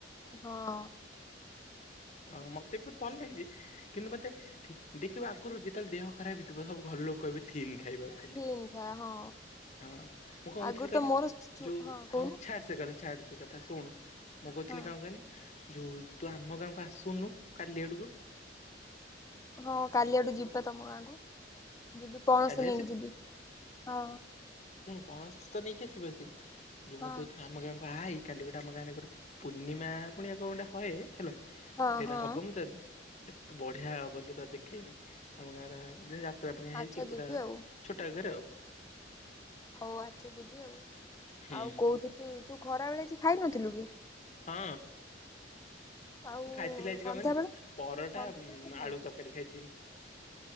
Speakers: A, on the left (about 20°); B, on the left (about 40°).
A: ହଁ।
B: ଅ ମତେ ବି ବହୁତ ଭଲ ଲାଗେ, ଯେ କିନ୍ତୁ, ମତେ ଦେ-ଦେଖିବ, ଆଗରୁ ଯେତେବେଳେ ଦେହ ଖରାପ ହେଇଥିବ, ସବୁ ଘରଲୋକ କହିବେ ଥିନ୍ ଖାଇବାକୁ। ଖାଲି,
A: ଥିନ୍ ଖାଏ ହଁ।
B: ହଁ, ମୁଁ କଣ କହୁଥିଲି
A: ଆଗରୁ
B: କହିଲି?
A: ତ ମୋର ଚୁ
B: ଯୋଉ
A: ହଁ କହୁନୁ
B: ହଉ ଛାଡ୍ ସେ କଥା। ଛାଡ୍ ସେ କଥା ଶୁଣୁ! ମୁଁ କହୁଥିଲି
A: ହଁ
B: କଣ କହନି, ଯୋଉ ତୁ ଆମ ଗାଁକୁ ଆସ୍ ସୁନୁ କାଲି ଆଡୁକୁୁ?
A: ହଁ, କାଲି ଆଡୁ ଯିବି ପା ତମ ଗାଁକୁ। ଯିବି, ପଣସ
B: କାଲି
A: ନେଇକି ଯିବି। ହଁ।
B: ଶୁଣ୍ ପଣସ ତ ନେଇକି ଆସିବୁ ଆସିବୁ। ଯୋଉ
A: ହଁ
B: ମୁଁ କହୁଥି, ଆମ ଗାଁକୁ ଆଇ କାଲି ଗୋଟେ ଆମ ଗାଁରେ ଗୋଟେ ପୂର୍ଣ୍ଣିମା, ପୁଣିଆକ ଗୋଟେ ହଏ, ହେଲା
A: ହଁ
B: ସେଇଟା
A: ହଁ
B: ହବ, ମୁଁ ତତ୍ ବଢ଼ିଆ ହବଲୋ ତତେ ଦେଖେଇବି। ଆମ ଗାଁ ର ଯେଁତି ଯାତ୍ରା ପୁଣିଆ ହେଇକି
A: ଆଚ୍ଛା ଯିବି ଆଉ।
B: ଛୋଟା ଘେରେ ଆଉ।
A: ହଉ ଆଚ୍ଛା ଯିବି ଆଉ।
B: ହୁଁ
A: ଆଉ କହୁଥିଲି, ତୁ ଖରାବେଳେ ଆଜି ଖାଇନଥିଲୁ କି?
B: ହଁ।
A: ଆଉ
B: ମୁଁ ଖାଇଥିଲି ଆଜି
A: ସନ୍ଧ୍ୟାବେଳେ
B: କଣ କହନି? ପରଟା
A: ସନ୍ଧ୍ୟାବେଳେ
B: ଆଳୁ
A: କଣ ଖାଇଛୁ?
B: ତରକାରୀ ଖାଇଥିନି।